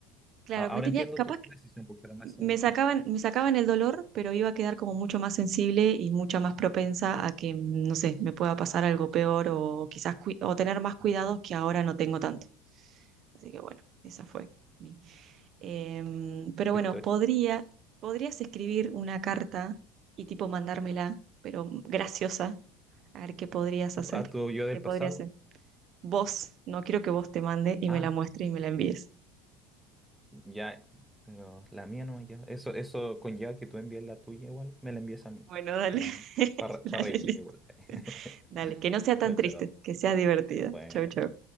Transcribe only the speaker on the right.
Claro,
me tenía,
capaz
que
me
sacaban, me sacaban el dolor, pero iba a quedar como mucho más sensible y mucha más propensa a que, no sé, me pueda pasar algo peor o quizás cui- o tener más cuidados
que ahora no tengo tanto. Así que bueno, esa fue mi. Em, pero
bueno,
podría, podrías escribir una carta y tipo mandármela, pero graciosa, a ver qué podrías hacer,
qué podrías
hacer. Vos, no quiero que vos te mande y
me la muestres y me la envíes.
Bueno, dale.
<laughs>
Dale,
listo.
Dale, que no sea tan
triste,
que sea divertida.
Chau, chau.